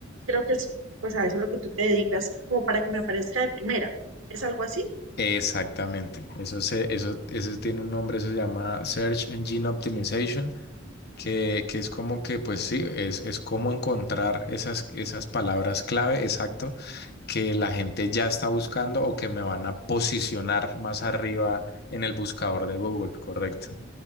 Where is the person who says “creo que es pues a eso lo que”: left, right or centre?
Right